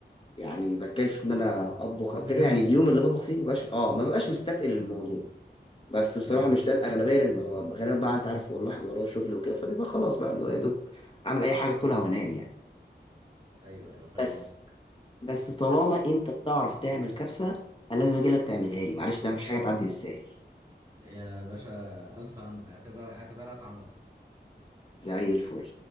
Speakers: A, on the left; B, on the right.
A: يعني بكيف ان انا
B: اه
A: اطبخ
B: مزاجنجي
A: او كده يعني اليوم اللي بطبخ فيه مبقاش اه ما ببقاش مستتقل الموضوع بس بصراحه
B: ايوه
A: مش ده الاغلبيه لان ببقى- غالبا بقى انت عارف الواحد وراه شغل وكده فبيبقى خلاص بقى اللي هو يا دوب اعمل اي حاجه كلها وانام يعني
B: ايوه ايوه فاهم
A: بس
B: قصدك
A: بس طالما انت بتعرف تعمل كبسه انا لازم اجي لك تعملها لي معلش ده مش حاجه تعدي بالسهل
B: يا باشا الف انا اعتبر اعتبرها اتعملت
A: زي الفل